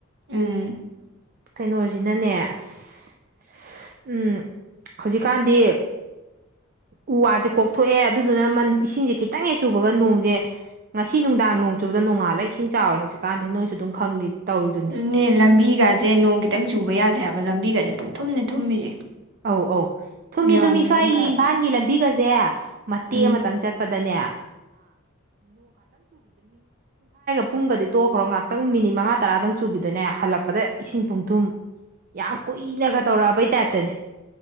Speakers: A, on the right; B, on the right.
A: ꯎꯝ
B: ꯀꯩꯅꯣꯁꯤꯅꯅꯦ ꯑꯁ ꯎꯝ ꯍꯧꯖꯤꯛꯀꯥꯟꯗꯤ ꯎ ꯋꯥꯁꯦ ꯀꯣꯛꯊꯣꯛꯑꯦ ꯑꯗꯨꯗꯨꯅ ꯃꯟ ꯏꯁꯤꯡꯁꯦ ꯈꯤꯇꯪ ꯍꯦꯛ ꯆꯨꯕꯒ ꯅꯣꯡꯁꯦ ꯉꯁꯤ ꯅꯨꯡꯗꯥꯡ ꯅꯣꯡ ꯆꯨꯕꯗ ꯅꯣꯡꯉꯥꯜꯂꯒ ꯏꯁꯤꯡ ꯆꯥꯎꯔꯦ ꯍꯧꯖꯤꯛ ꯀꯥꯟꯗꯤ ꯅꯣꯏꯁꯨ ꯑꯗꯨꯝ ꯈꯪꯂꯤ ꯇꯧꯔꯤꯗꯨꯅꯤ
A: ꯑꯗꯨꯅꯦ ꯂꯝꯕꯤꯒꯁꯦ ꯅꯣꯡ ꯈꯤꯇꯪ ꯆꯨꯕ ꯌꯥꯗꯦ ꯍꯥꯏꯕ ꯂꯝꯕꯤꯒꯁꯦ ꯄꯨꯡ ꯊꯨꯝꯅꯦ ꯊꯨꯝꯃꯤꯁꯦ
B: ꯑꯧ ꯑꯧ ꯊꯨꯝꯃꯤ
A: ꯒ꯭ꯌꯥꯟ
B: ꯊꯨꯝꯃꯤ
A: ꯃꯦꯟ
B: ꯁ꯭ꯋꯥꯏꯒꯤ
A: ꯑꯃ ꯇꯥꯗꯦ
B: ꯏꯝꯐꯥꯜꯒꯤ ꯂꯝꯕꯤꯒꯁꯦ ꯃꯇꯦꯛ
A: ꯎꯝ
B: ꯑꯃꯇꯪ ꯆꯠꯄꯗ ꯭ꯔ ꯉ <unintelligible> ꯃꯉꯥ ꯇꯔꯥꯗꯪ ꯆꯨꯈꯤꯗꯣꯏꯅꯦ ꯍꯜꯂꯛꯄꯗ ꯏꯁꯤꯡ ꯄꯨꯡ ꯊꯨꯝ ꯌꯥꯝ ꯀꯨꯏꯅꯒ ꯇꯧꯔꯛꯑꯕꯩ ꯇꯥꯏꯔꯦꯇꯗꯤ